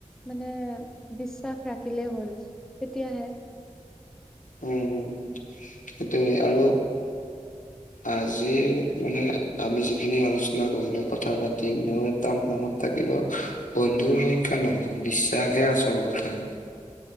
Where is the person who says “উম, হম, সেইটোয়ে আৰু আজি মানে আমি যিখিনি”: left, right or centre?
Left